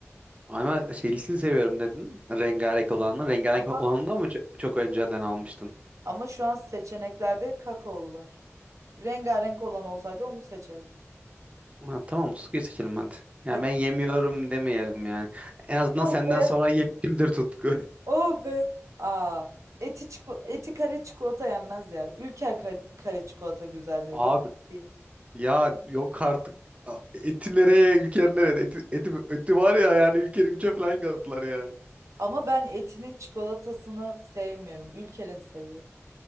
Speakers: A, on the right (about 25°); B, on the right (about 80°).
A: Ama şeylisini seviyorum dedin. Rengarenk olanını. Rengarenk
B: Ama,
A: olanı da mı çok, çok önceden almıştın?
B: ama şu an seçeneklerde kakaolu var. Rengarenk olan olsaydı onu seçerdik.
A: Ha, tamam tutkuyu seçelim hadi. Ya
B: Hadi.
A: ben yemiyorum demeyelim yani. En azından
B: Oh
A: senden
B: be.
A: sonra yemişimdir tutku. <laughs>
B: Oh be. Aa, eti, çiko- eti kare çikolata yenmez ya. Ülker kare, kare çikolata güzeldir.
A: Abi
B: Rafine değil.
A: Ya yok artık. A- Eti nereye, ülker nereye? Eti, eti, eti var ya yani ülkeri üçe falan kattılar yani.
B: Ama ben etinin çikolatasını sevmiyorum. Ülker'in seviyorum.